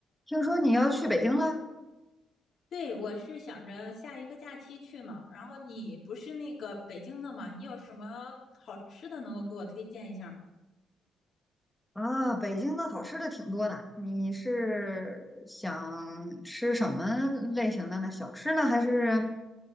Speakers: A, in the centre; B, on the left (about 55°).
A: 听说你要去北京了
B: 对，我是想着下一个假期去呢。然后你不是那个北京的吗？你有什么好吃的能够给我推荐一下吗？
A: 啊？北京的好吃的挺多的，你是想吃什么类型的呢？小吃呢，还是